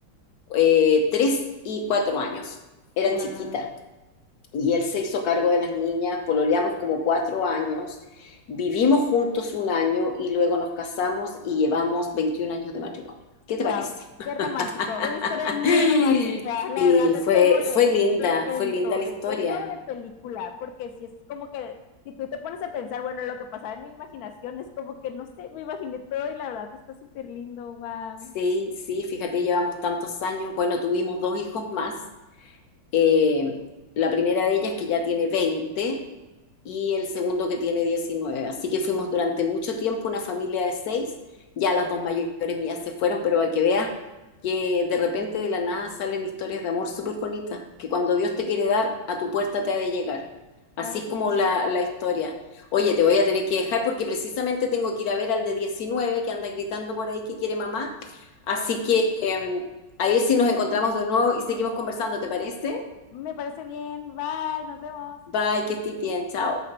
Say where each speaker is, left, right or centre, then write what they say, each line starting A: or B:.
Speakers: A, on the left; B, on the left.
A: eh, tres y cuatro años, eran
B: Wow.
A: chiquitas y él se hizo cargo de las niñas, pololeamos como cuatro años, vivimos juntos un año y luego nos casamos y llevamos 21 años de matrimonio. ¿Qué
B: Wow,
A: te parece? <laughs>
B: qué romántico, una historia muy romántica, la
A: Sí,
B: verdad es
A: fue,
B: como
A: fue
B: de,
A: linda,
B: de cuento,
A: fue linda la historia.
B: de cuento o de película, porque si es como que, si tú te pones a pensar, bueno, lo que pasaba en mi imaginación es como que, no sé, me imaginé todo y la verdad está súper lindo, wow,
A: Sí, sí, fíjate, llevamos tantos años. Bueno, tuvimos dos hijos más Eh, la primera de ellas que ya tiene 20 y el segundo que tiene 19. Así que fuimos durante mucho tiempo una familia de seis. Ya las dos mayores mías se fueron, pero hay que veas que de repente de la nada salen historias de amor súper bonitas, que cuando Dios te quiere dar, a tu puerta te ha de llegar. Así
B: claro
A: es
B: que
A: como
B: sí,
A: la, la historia. Oye, te voy a tener que dejar porque precisamente tengo que ir a ver al de 19 que anda gritando por ahí que quiere mamá. Así
B: ok,
A: que eh, a ver si nos encontramos de nuevo y seguimos conversando, ¿te parece?
B: me parece bien, bye, nos vemos.
A: Bye, que estés bien, chao.